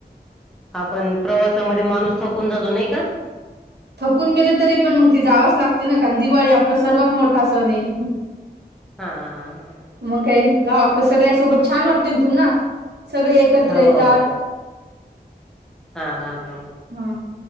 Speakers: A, in the centre; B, on the right.
A: आपण प्रवासामध्ये माणूस थकून जातो नाही का
B: थकून गेले तरी पण मग ते जावंच लागते ना कारण दिवाळी आपला सर्वात मोठा सण आहे
A: हा हा हा
B: मग काही गावाकडे सगळ्या सोबत छान वाटते तुना सगळे एकत्र
A: हा हो
B: येतात
A: हा हा हा
B: हा